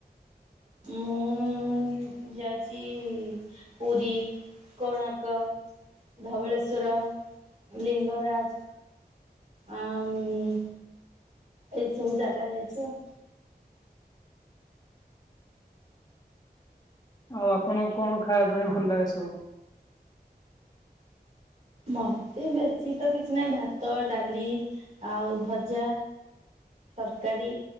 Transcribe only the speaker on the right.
ମୁଁ। ଉ ଯାାଇଚି ପୁରୀ କଣାର୍କ ଧବଳେଶ୍ଵର ଲିଙ୍ଗରାଜ। ଅ ମ୍ ଏଇସବୁ ଜାଗା ଯାଇଛି ଆଉ।
ମତେ ବେଶୀ ତ କିଛି ନାହିଁ ଭାତ ଡାଲି ଆଉ ଭଜା ତରକାରୀ